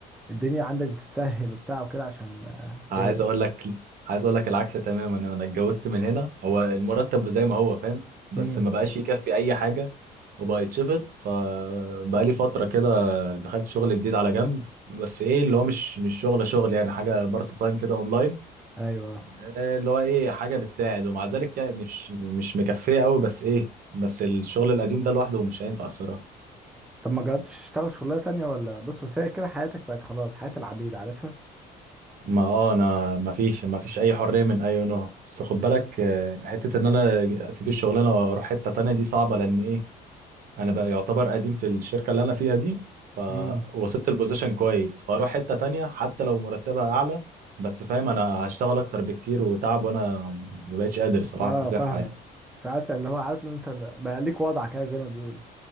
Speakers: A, in the centre; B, on the right.
A: الدنيا عندك بتتسهل وبتاع وكده عشان آه
B: عايز
A: ايه
B: اقول لك عايز اقول لك العكس تماما انا اتجوزت من هنا هو المرتب زي ما هو فاهم بس
A: امم
B: ما بقاش يكفي اي حاجه وبقى يتشفط فبقى لي فتره كده دخلت شغل جديد على جنب بس ايه اللي هو مش مش شغل شغل يعني حاجه بارت تايم كده اونلاين
A: ايوه
B: آه، اللي هو ايه حاجه بتساعد ومع ذلك يعني مش مش مكفيه قوي بس ايه بس الشغل القديم ده لوحده مش هينفع الصراحه
A: طب ما جربتش تشتغل شغلانة تانية ولا بص بس هي كده حياتك بقت خلاص حياة العبيد عارفها
B: ما اه انا ما فيش ما فيش اي حريه من اي نوع بس خد بالك آه، حته ان انا اسيب الشغلانه واروح حته تانية دي صعبه لان ايه انا بقى يعتبر قديم في الشركه اللي انا فيها دي فوصلت
A: امم
B: البوزيشن كويس فاروح حته تانية حتى لو مرتبها اعلى بس فاهم انا هشتغل اكتر بكتير وتعب وانا ما بقتش قادر صراحه
A: اه
B: كصحه
A: فاهمك
B: يعني
A: ساعات اللي هو عارف ان انت بقى ليك وضعك كده زي ما بيقولوا